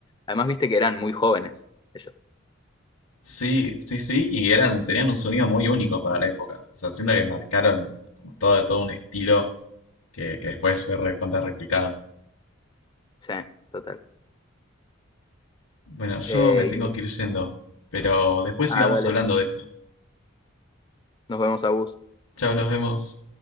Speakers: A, on the left (about 20°); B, on the left (about 75°).
A: Además, viste que eran muy jóvenes ellos.
B: Sí, sí, sí, y eran, tenían un sonido muy único para la época. O sea, siento que marcaron como todo, todo un estilo que, que después fue recontra replicado.
A: Sí, total.
B: Bueno, yo
A: Eh,
B: me tengo
A: y,
B: que ir yendo, pero después
A: ah,
B: sigamos
A: dale.
B: hablando de esto.
A: Nos vemos a vos.
B: Chao, nos vemos.